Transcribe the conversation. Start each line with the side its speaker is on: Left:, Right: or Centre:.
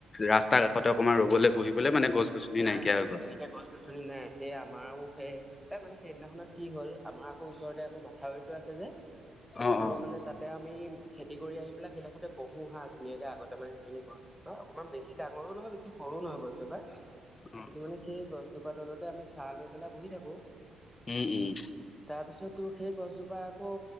Left: ৰাস্তাৰ কাষতে অকণমান ৰ'বলৈ বহিবলৈ মানে গছ গছনি
Centre: নাই
Left: নাইকিয়া
Centre: নাই
Left: হৈ গ'ল।
Centre: তেনেকে গছ গছনি নাই সেই আমাৰো সেই এই মানে সেইদিনাখনত কি হ'ল আমাৰ আকৌ ওচৰতে আকৌ মথাউৰিতটো আছে যে।
Left: অ'
Centre: তোৰ
Left: অ',
Centre: মানে তাতে আমি খেতি কৰি আহি পেলাই সেইডোখৰতে বহো হা ধুনীয়াকে আগতে মানে হেইখিনি গছ অ' অকণমান বেছি ডাঙৰো নহয়, বেছি সৰু নহয় গছ জোপা।
Left: অ',
Centre: কিন্তু মানে সেই গছজোপাৰ তলতে আমি চাৰহ লৈ পেলাই বহি থাকোঁ।
Left: উম, উম।
Centre: তাৰ পিছত তোৰ সেই গছজোপা আকৌ